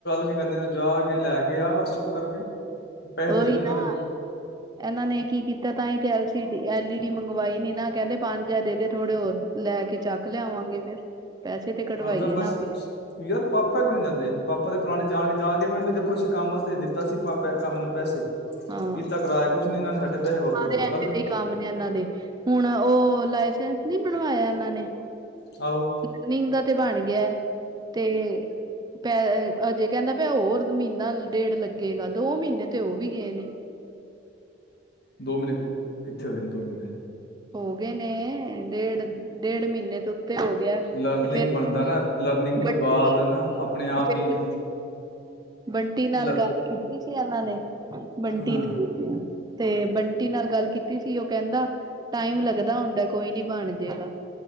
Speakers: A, on the left (about 60°); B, on the right (about 20°).
A: ਕੀ ਕਰਨੀ, ਤੂੰ ਜਾ ਕੇ ਲੈ ਕੇ ਆ ਬਸ ਕਰਕੇ ਪੈਸੇ
B: ਉਹੀ
A: ਦੇ ਦੇ ਵੀ ਇਹਨਾਂ
B: ਨਾ
A: ਦੇ
B: ਇਹਨਾਂ ਨੇ ਕੀ ਕੀਤਾ ਤਾਂ ਹੀ ਤੇ L C D L E D ਮੰਗਵਾਈ ਨੀ ਨਾ ਕਹਿੰਦੇ ਪੰਜ ਹਜ਼ਾਰ ਦੇ ਦੇ ਥੋੜੇ ਹੋਰ ਲੈ ਕੇ ਚੱਕ ਲਿਆਵਾਂਗੇ ਫਿਰ ਪੈਸੇ ਤੇ ਕਢਵਾਈਏ
A: ਹ ਬਸ
B: ਨਾ ਆਪਣੇ
A: ਯਾਰ ਪਾਪਾ ਕਿ ਨ ਜਾਂਦੇ, ਪਾਪਾ ਦੇ ਪੁਰਾਣੇ ਜਾਣ ਜਾ ਕੇ ਮੈ ਖੁਸ਼ ਕੰਮ ਵਾਸਤੇ ਦਿੱਤਾ ਸੀ, ਪਾਪਾ ਨੇ ਕੰਮ ਨੂੰ ਪੈਸੇ
B: ਹਾਂ
A: ਕੀਤਾ ਕਰਾਇਆ ਕੁਛ ਨੀ ਇਹਨਾਂ ਵਾਪਸ
B: ਸਾਰੇ
A: ਦੋ
B: ਐਵੇਂ
A: ਗੱਲ ਖਤਮ
B: ਦੇ ਹੀ ਕੰਮ ਨੇ ਉਹਨਾਂ ਦੇ ਹੁਣ ਉਹ ਲਾਇਸੈਂਸ ਨਹੀਂ ਬਣਵਾਇਆ ਇਹਨਾਂ ਨੇ
A: ਨੇ ਆਹੋ
B: ਲਰਨਿੰਗ ਦਾ ਤੇ ਬਣ ਗਿਆ ਤੇ ਪੈ ਅਜੇ ਕਹਿੰਦਾ ਪੈ ਹੋਰ ਮਹੀਨਾ ਡੇੜ ਲੱਗੇਗਾ ਦੋ ਮਹੀਨੇ ਤੇ ਉਹ ਵੀ ਗਏ ਨੇ
A: ਦੋ ਮਹੀਨੇ ਕਿੱਥੇ ਹੋਏ ਨੇ ਦੋ ਮਹੀਨੇ
B: ਹੋ ਗਏ ਨੇ ਡੇਢ ਡੇਢ ਮਹੀਨੇ ਤੋਂ ਉੱਤੇ ਹੋ ਗਿਆ
A: ਲਰਨਿੰਗ
B: ਤੇ ਫੇਰ
A: ਬਣਦਾ ਨਾ ਲਰਨਿੰਗ
B: ਬੰਟੀ
A: ਤੋਂ ਬਾਅਦ ਨਾ ਆਪਣੇ ਆਪ
B: ਫੇਰ
A: ਹੀ
B: ਬੰਟੀ ਨਾਲ
A: ਲ
B: ਗੱਲ ਕੀਤੀ ਸੀ। ਇਹਨਾਂ ਨੇ ਬੰਟੀ
A: ਹਾਂ
B: ਨਾਲ ਤੇ ਬੰਟੀ ਨਾਲ ਗੱਲ ਕੀਤੀ ਸੀ ਉਹ ਕਹਿੰਦਾ ਟਾਈਮ ਲੱਗਦਾ ਹੁੰਦਾ ਕੋਈ ਨੀ ਬਣ ਜੇਗਾ